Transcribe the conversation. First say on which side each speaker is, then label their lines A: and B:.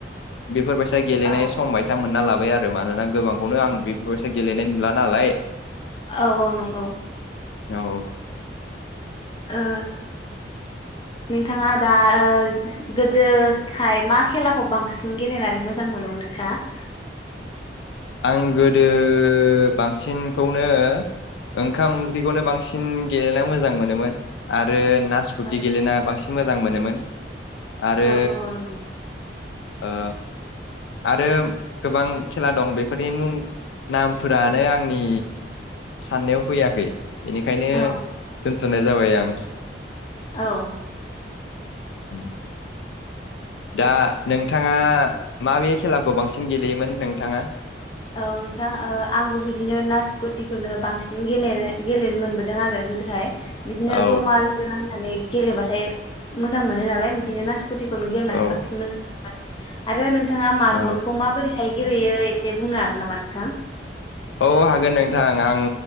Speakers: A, on the left; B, on the left.
A: बेफोरबायसा गेलेनाय
B: औ
A: सम बायसा मोनना लाब बाय आरो मानोना गोबांखौनो आं बेफोरबायसा गेलेनाय नुला नालाय
B: औ औ नंगौ
A: औ
B: ओ नोंथाङा दा ओ गोदोहाय मा खेलाखौ बांसिन गेलेनानै मोजां मोनोमोन नोंथाङा?
A: आं गोदो बांसिनखौनो ओंखाम ओंख्रिखौनो बांसिन गेलेना मोजां मोनोमोन आरो नासकुटि
B: औ
A: गेलेना बांसि मोजां मोनोमोन आरो
B: औ औ नंगौ
A: ओ आरो गोबां खेला दं बेफोरनि मुं नामफोरानो आंनि साननायाव फैयाखै एनिखायनो
B: औ
A: दोन थ'नाय जाबाय आमस
B: औ
A: उम। दा नोंथाङा माबे खेलाखौ बांसिन गेलेयोमोन नोंथाङा।
B: औ नोंथां ओ आंबो बिदिनो नासकुटि। खौनो बांसिन गेलेनो। गेलेनो मोनबोदों आरो गोदोहाय। बिदिनो
A: औ
B: जमा लोगो नांनानै। गेलेबाथाय मोजां मोनो नालाय बिदिनो नास कुटिखौनो गेलेनानै
A: औ
B: बांसिन मोजां आरो नोंग थाङा मार्बलखौ
A: औ
B: माबोरै बेहाय गेलेयो एस दे बुंनो हागोन नामा नोंथां।
A: औ हागोन नोंथां आं।